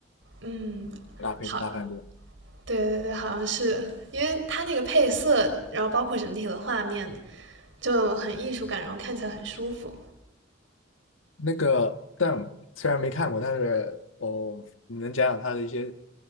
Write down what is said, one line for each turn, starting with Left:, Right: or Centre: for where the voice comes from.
Right: 嗯，
Left: 《拉菲兹大饭店》。
Right: 好，对对对，好像是因为它那个配色，然后包括整体的画面就很艺术感，然后看起来很舒服。
Left: 那个，但虽然没看过，但是哦，你能讲讲它的一些